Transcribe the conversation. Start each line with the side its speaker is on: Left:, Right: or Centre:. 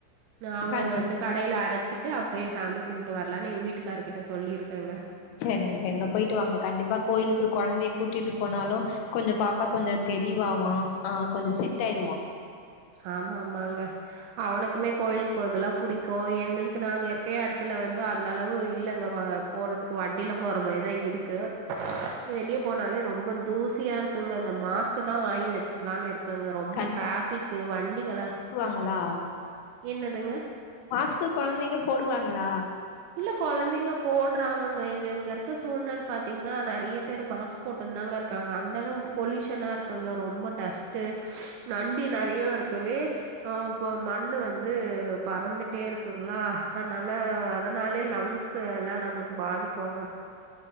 Right: மாவ
Left: கண்டிப்
Right: வந்து கடையில அரைச்சிட்டு அப்டியே சாமி சாமிகும்பிட்டு வரலான்னு எங்க வீட்டுக்கு எங்கவீட்டுக்காரு கிட்ட சொல்லியிருக்காங்க
Left: சரிங்க, சரிங்க. போயிட்டு வாங்க கண்டிப்பா கோயிலுக்கு குழந்தைய கூட்டிட்டு போனாலும் கொஞ்சம் பாப்பா கொஞ்சம் தெளிவாவான் ஆஹ் கொஞ்சம் செட் ஆயடுவான்
Right: ஆமா ஆமாங்க அவனுக்குமே கோயிலுக்கு போறதெல்லாம் புடிக்கும் ஏனா எங்களுக்கு நாங்க இருக்க இடத்துல வந்து அந்த அளவு இல்லங்க போறதுக்கு வண்டியில போற மாதிரிதான் இருக்கு வெளியே போனாலே ரொம்ப தூசி சியா இருக்குங்க இந்த மாஸ்க்கதா வாங்கி வச்சுக்கலான்னு இரு க்கங்க ரொம்ப
Left: கண்டிப்பா
Right: டிராஃபிக் து வண்டிங்கல்லா
Left: குழம்புவாங்களா?
Right: என்னதுங்க?
Left: மாஸ்க்கு கொழந்தைங்க போடுவாங்களா?
Right: இல்ல கொழந்தைங்க போடுறாங்கங்க இங்க இங்க இருக்க சூழ்நில பாத்தீங்ன்னா நெறைய பேரு மாஸ்க் போட்டுந்தாங்க இருக்காங்க. அந்த அளவு பொல்யூஷனா இருக்குங்க ரொம்ப டஸ்ட்டு நண்டி நெறையா இருக்கவே ஆ இப்ப மண்ணு வந்து பறந்து ட்டே இருக்குங்ளா அதனால அதனாலயே லங்ஸ் எல்லா நம்மளுக்கு பாதிக்குங்க